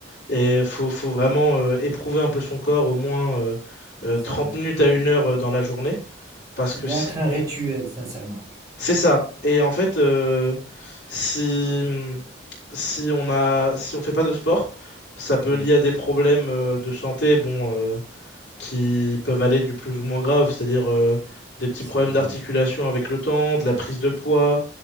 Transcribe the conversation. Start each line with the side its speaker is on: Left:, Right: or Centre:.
Left: et faut, faut vraiment euh, éprouver un peu son corps au moins euh, euh,
Right: C'est
Left: 30
Right: vrai.
Left: minutes à une heure euh, dans la journée. Parce
Right: Ça
Left: que
Right: doit
Left: sinon.
Right: être un rituel, sincèrement.
Left: C'est ça. Et en fait, euh, si, si on a, si on fait pas de sport, ça peut
Right: Oui,
Left: lier à des problèmes euh, de santé bon, euh, qui peuvent aller du plus ou moins grave, c'est-à-dire euh, des petits
Right: c'est
Left: problèmes
Right: vrai.
Left: d'articulation avec le temps, de la prise de poids.